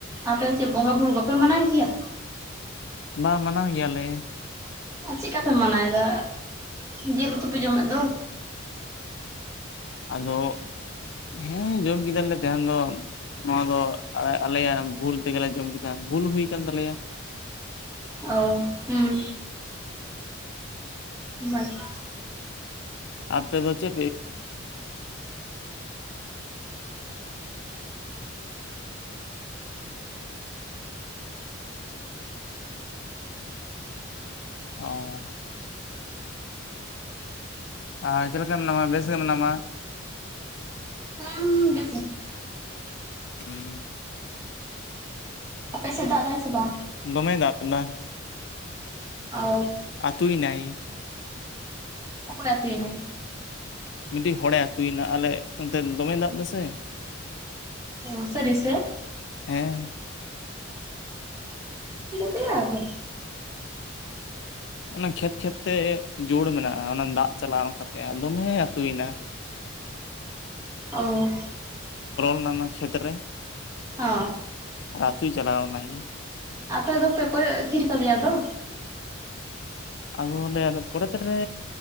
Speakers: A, on the right; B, on the left.
A: ᱟᱯᱮ ᱪᱮᱫ ᱵᱚᱸᱜᱟ-ᱵᱩᱨᱩ ᱵᱟᱯᱮ ᱢᱟᱱᱟᱭ ᱜᱮᱭᱟ
B: ᱵᱟ ᱢᱟᱱᱟᱣ ᱜᱮᱭᱟᱞᱮ
A: ᱟᱨ ᱪᱮᱫᱠᱟᱯᱮ ᱢᱟᱱᱟᱣᱭᱫᱟ ᱡᱤᱞ ᱩᱛᱩ ᱯᱮ ᱡᱚᱢᱮᱜ ᱫᱚ
B: ᱟᱫᱚ ᱦᱮᱸ ᱡᱚᱢ ᱠᱮᱫᱟᱞᱮ ᱛᱟᱦᱮᱱ ᱫᱚ ᱱᱚᱣᱟ ᱫᱚ ᱟᱞᱮᱭᱟᱜ ᱵᱷᱩᱞ ᱛᱮᱜᱮᱞᱮ ᱡᱚᱢ ᱠᱮᱫᱟ ᱵᱷᱩᱞ ᱦᱩᱭ ᱟᱠᱟᱱ ᱛᱟᱞᱮᱭᱟ
A: ᱚ ᱦᱮᱸ ᱵᱟᱭ <inaudible>
B: ᱟᱯᱮ ᱫᱚ ᱚ ᱟᱨ ᱪᱮᱫ ᱞᱮᱠᱟ ᱢᱮᱱᱟᱢᱟ ᱵᱮᱥ ᱜᱮ ᱢᱮᱱᱟᱢᱟ <inaudible>
A: ᱟᱯᱮ
B: ᱦᱩᱸ
A: ᱟᱯᱮᱥᱮᱫ ᱫᱟᱜ ᱮᱫᱟᱭ ᱥᱮ ᱵᱟᱝ
B: ᱫᱚᱢᱮ ᱫᱟᱞᱫᱟ <unintelligible>
A: ᱚ
B: ᱟᱹᱛᱩᱭ ᱱᱟᱭ
A: ᱚᱠᱚ ᱟᱹᱛᱩᱭ ᱱᱟᱭ
B: ᱢᱤᱴᱤᱡ ᱦᱚᱲᱮ ᱟᱹᱛᱩᱭᱮᱱᱟ ᱟᱞᱮ ᱚᱱᱛᱮ ᱫᱚᱢᱮ ᱫᱟᱜ ᱮᱟᱥᱮ
A: ᱚ ᱥᱟᱹᱨᱤ ᱥᱮ
B: ᱦᱮᱸ
A: ᱦᱮᱸ ᱟᱫᱚ
B: ᱚᱱᱟ ᱠᱷᱮᱛ ᱠᱷᱮᱛ ᱛᱮ ᱡᱳᱲ ᱢᱮᱱᱟᱜᱼᱟ ᱚᱱᱟ ᱫᱟᱜ ᱪᱟᱞᱟᱣ <unintelligible> ᱠᱟᱛᱮ ᱫᱚᱢᱮ ᱟᱹᱛᱩᱭᱮᱱᱟ <inaudible>
A: ᱚ
B: ᱦᱟᱱᱟᱱᱟ ᱠᱷᱮᱛ ᱨᱮ
A: ᱚ
B: ᱟᱨ ᱟᱹᱛᱩᱭ ᱪᱟᱞᱟᱣ ᱱᱟᱭ
A: ᱟᱯᱮ ᱫᱚᱯᱮ ᱠᱚᱭᱚᱜ ᱛᱷᱤᱨ ᱠᱟᱫᱮᱭᱟ ᱫᱚ
B: ᱟᱫᱚ ᱚᱱᱰᱮ ᱯᱚᱨ ᱛᱮᱨᱮ